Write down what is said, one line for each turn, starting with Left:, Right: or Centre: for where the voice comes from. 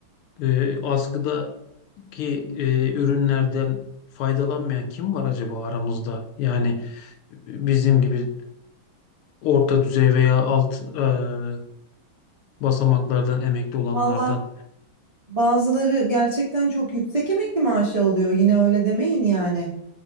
Left: eee askıdaki eee, ürünlerden faydalanmayan kim var acaba aramızda? Yani e, bizim gibi orta düzey veya alt eee, basamaklardan emekli olanlardan
Right: Valla bazıları gerçekten çok yüksek emekli maaşı alıyor. Yine öyle demeyin yani.